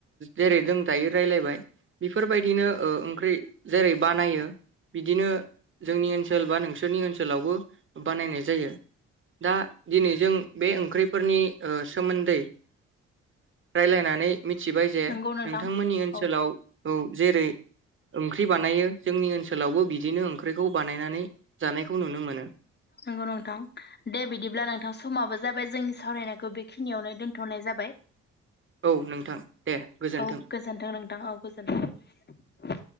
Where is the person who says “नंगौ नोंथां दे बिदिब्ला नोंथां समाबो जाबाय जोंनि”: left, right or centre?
Left